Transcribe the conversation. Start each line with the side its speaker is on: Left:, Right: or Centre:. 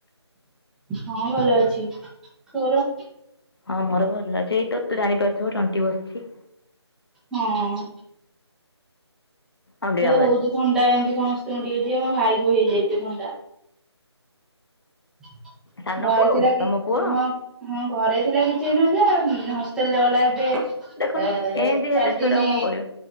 Centre: ହଁ ଭଲ ଅଛି, ତୋର?
Left: ହଁ ମୋର ଭଲ ଅଛି, ଏଇ ତ ତୁ ଜାଣିପାରୁଥିବୁ ତଣ୍ଟି ବସିଛି।
Centre: ହଁ। ଏ
Left: ଅଣ୍ଡିରା ଭଏସ
Centre: ହଉଛି ଥଣ୍ଡା ଏମିତି ସମସ୍ତଙ୍କୁ ଟିକେ ଟିକେ ମୋ ଭାଇକୁ ବି ହେଇଯାଇଛି ଥଣ୍ଡା। <unintelligible>
Left: ସାନକୁ
Centre: କି ହଁ
Left: ତମ ପୁଅ
Centre: ହଁ ଘରେ ଥିଲା କିଛି ହେଇନଥିଲା ହଷ୍ଟେଲ ରେ ଗଲା ଏବେ ଏ
Left: ଦେଖୁନ ଏମିତି ହେଲେ
Centre: ଚାରି
Left: ଛୁଆଟାକୁ
Centre: ଦିନି
Left: କଣ କରିବ